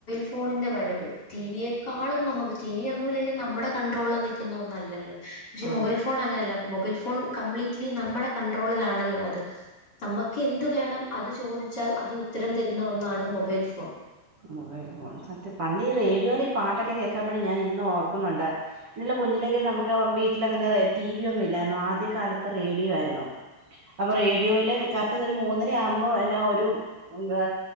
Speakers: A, on the left (about 25°); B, on the right (about 55°).
A: ഫോണിന്റെ വരവ് ടിവിയെക്കാളും നമുക്ക് ടി വി ഒന്നുല്ലേലും നമ്മുടെ കൺട്രോളിൽ നി നിക്കുന്ന ഒന്നല്ലോ പക്ഷെ
B: ആഹ്
A: മൊബൈൽ ഫോൺ അങ്ങനെയല്ല മൊബൈൽ ഫോൺ കംപ്ലീറ്റ്ലി നമ്മുടെ കൺട്രോളിലാണല്ലോ അത് നമുക്ക് എന്ത് വേണം അത് ചോദിച്ചാൽ അതിന് ഉത്തരം തരുന്ന ഒന്നാണ് മൊബൈൽ ഫോൺ
B: മൊബൈൽ ഫോൺ സത്യം പണ്ട് ഈ റേഡിയോയിൽ പാട്ടൊക്കെ കേൾക്കാൻ വേണ്ട ഞാൻ ഇന്ന് ഓർക്കുന്നുണ്ട് ഇന്നല്ല കുഞ്ഞിലേക്കെ നമുക്ക് വീട്ടില് അങ്ങനെ ടി വി ഒന്നും ഇല്ലായിരുന്നു ആദ്യ കാലത്ത് റേഡിയോ ആയിരുന്നു അപ്പൊ റേഡിയോയില് കറക്റ്റ് ഒരു മൂന്നര ആവുമ്പോ എന്ന ഒരു ഗാ